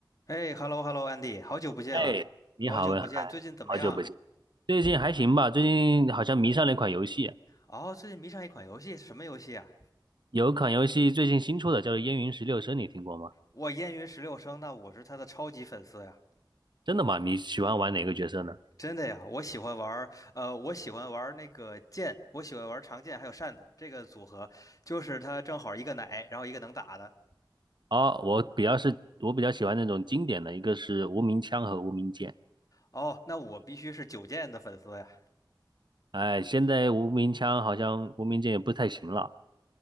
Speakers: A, on the left; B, on the right.
A: 哎，hello hello Andy，好久不见了，
B: 哎，你好，
A: 好久不见，
B: 文涵，
A: 最近怎么样？
B: 好久不见。最近还行吧？最近好像迷上了一款游戏，
A: 哦，最近迷上一款游戏，什么游戏啊？
B: 有一款游戏最近新出的，叫做《燕云十六声》，你听过吗？
A: 我烟云十六声，那我是他的超级粉丝呀，
B: 真的吗？你喜欢玩哪个角色呢？
A: 真的呀，我喜欢玩儿，呃，我喜欢玩儿那个剑，我喜欢玩儿长剑还有扇子这个组合，就是他正好一个奶，然后一个能打的。
B: 哦，我比较是，我比较喜欢那种经典的，一个是无名枪和无名剑。
A: 哦，那我必须是九剑的粉丝呀。
B: 哎，现在无名枪好像无名剑也不太行了，